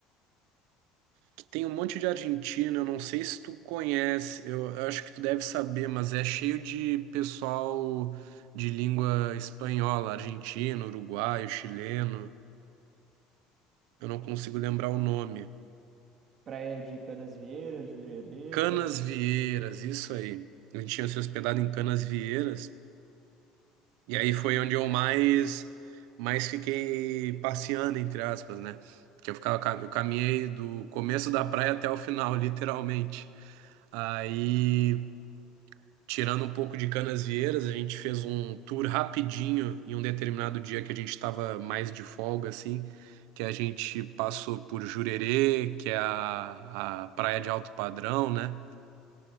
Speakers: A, on the right; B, on the right.
A: que tem um monte de argentino, eu não sei se tu conhece, eu eu acho que tu deve saber, mas é cheio de pessoal de língua espanhola, argentino, uruguaio, chileno, eu não consigo lembrar o nome.
B: Praia de Canasvieiras, Jurerê.
A: Canas Vieiras, isso aí. A gente tinha se hospedado em Canas Vieiras, e aí foi onde eu mais, mais fiquei passeando, entre aspas, né? Que eu ficava, ca- eu caminhei do começo da praia até o final, <laughs> literalmente. Aí. Tirando um pouco de Canasvieiras, a gente fez um tour rapidinho em um determinado dia que a gente estava mais de folga, assim, que a gente passou por Jurerê, que é a, a praia de alto padrão, né?